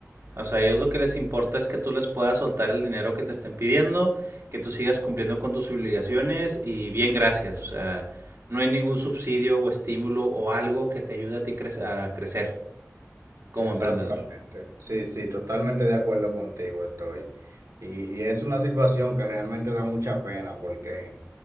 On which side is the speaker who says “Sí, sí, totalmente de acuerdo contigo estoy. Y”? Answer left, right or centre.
Right